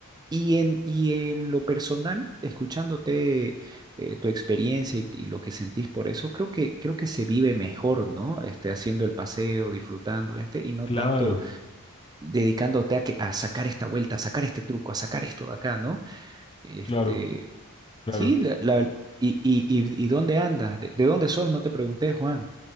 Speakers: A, on the right; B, on the left.
A: y en, y en lo personal, escuchándote eh, tu experiencia y, y lo que sentís por eso, creo que, creo que se vive mejor, ¿no? Este, haciendo el paseo, disfrutando, este, y no
B: claro,
A: tanto dedicándote a, que, a sacar esta vuelta, a sacar este truco, a sacar esto de acá, ¿no? Este,
B: claro, claro.
A: sí, la, la- y, y, y, ¿y dónde andas? ¿De, de dónde sos? No te pregunté, Juan.